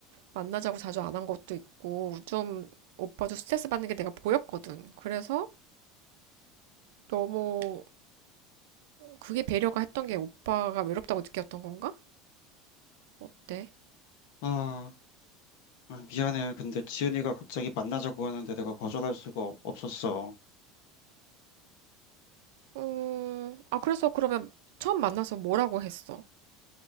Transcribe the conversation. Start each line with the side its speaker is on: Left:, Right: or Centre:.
Right: 만나자고 자주 안 한 것도 있고, 좀 오빠도 스트레스 받는 게 내가 보였거든. 그래서 너무 그게 배려가 했던 게 오빠가 외롭다고 느꼈던 건가? 어때?
Left: 아, 아, 미안해. 근데 지은이가 갑자기 만나자고 하는데 내가 거절할 수가 없- 없었어.
Right: 어, 아, 그래서 그러면 처음 만나서 뭐라고 했어?